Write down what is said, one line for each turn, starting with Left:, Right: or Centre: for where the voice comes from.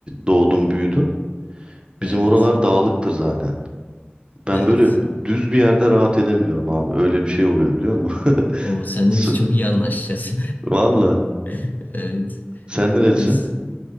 Right: doğdum büyüdüm.
Left: Evet.
Right: Bizim oralar dağlıktır zaten. Ben
Left: Evet.
Right: böyle düz bir yerde rahat edemiyorum abi. Öyle bir şey oluyor biliyor musun? <laughs>
Left: O senle
Right: Su-
Left: biz çok iyi anlaşacağız.
Right: Valla.
Left: <laughs> Evet.
Right: Sen nerelisin?
Left: Neyse.